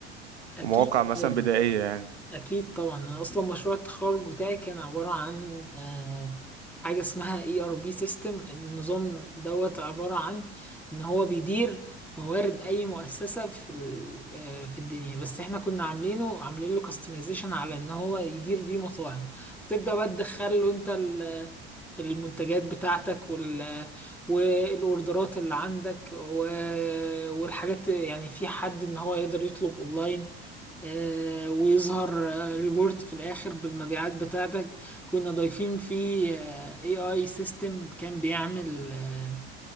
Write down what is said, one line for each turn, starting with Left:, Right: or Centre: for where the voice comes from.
Centre: اكيد
Right: ومواقع مثلا
Centre: طبعاً.
Right: بدائية يعني
Centre: أكيد طبعا أنا أصلا مشروع التخرج بتاعي كان عبارة عن آه، حاجة اسمها اي ار بي سيستم النظام دوت عبارة عن إن هو بيدير موارد أي مؤسسة في ال- آه، في الدنيا بس احنا كنا عاملينه عاملين له كاستمايزيشن على إن هو يدير بيه مطاعم بتبدأ بقى تدخل له أنت ال- المنتجات بتاعتك وال والاوردرات اللي عندك و- والحاجات يعني في حد ان هو يقدر يطلب اونلاين آه، ويظهر آه، ريبورت في الاخر بالمبيعات بتاعتك كنا ضايفين فيه اي اي سيستم كان بيعمل آه،